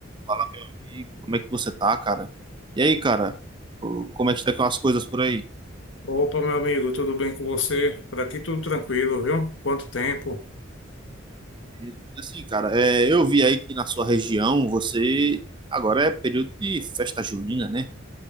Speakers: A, on the right; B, on the left.
A: Fala, amigo, como é que você tá, cara? E aí, cara, o- como é que tá com as coisas por aí?
B: Opa, meu amigo, tudo bem com você? Por aqui tudo tranquilo, viu? Quanto tempo?
A: Beleza. Assim, cara, é, eu vi aí que na sua região você agora é período de festa junina, né?